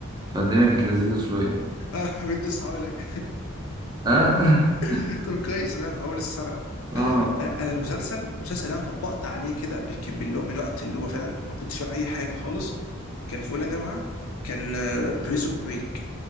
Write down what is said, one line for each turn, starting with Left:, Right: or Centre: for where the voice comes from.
Right: فالدنيا كانت لذيذة شوية
Left: اه <laughs> كنت لسه هقول لك
Right: أه
Left: <laughs> طب كويس انا في اول السنه
Right: <laughs> آه
Left: انا المسلسل المسلسل اللي انا طبقت عليه كده بال- كان بالو- بالوقت اللي هو فعلا ما كنتش فاهم اي حاجه خالص كان في اولى جامعه كان بريزون بريك